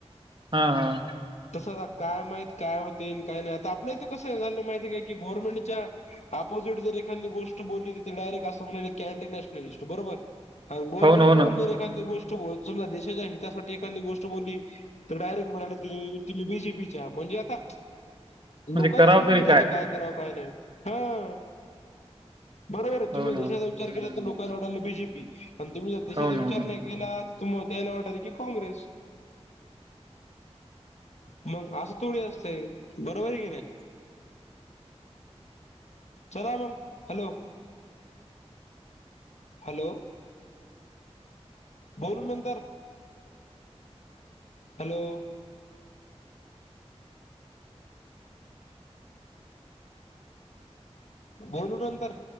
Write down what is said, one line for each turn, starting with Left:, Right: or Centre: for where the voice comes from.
Right: हा हा,
Left: तसं काय माहीत काय होते काय नाही आता आपल्या इथे कसं झालं माहिती आहे काय की गव्हर्नमेंटच्या. अपोजिट जर एखादी गोष्ट बोलली तर डायरेक्ट असं म्हणाली ह्यांडी नॅशनलिस्ट बरोबर? हा गव्हर्मेंटकडून
Right: हो ना हो ना
Left: जर, एखादी गोष्ट समजा देशाच्या हितासाठी एखादी गोष्ट बोलली तर डायरेक्ट मराठी, बीजेपीच्या म्हणजे आता
Right: म्हणजे
Left: लोकाला
Right: करावं
Left: समजून
Right: तरी
Left: झाले काय करावं काय नाही हा बरोबर आहे
Right: हो
Left: तुम्ही
Right: ना
Left: देशाचा
Right: हो ना
Left: विचार
Right: हम्म.
Left: केला तर लोक लढाले बीजेपी आणि तुम्ही देशाचा
Right: हो ना
Left: विचार
Right: हो ना
Left: नाही, केला तुम्हा त्यायला वाटायचं की काँग्रेस. मग असं थोडी असतय बरोबर ये की नाही? चला मग हॅलो! हॅलो! बोलू नंतर हॅलो! बोलू नंतर.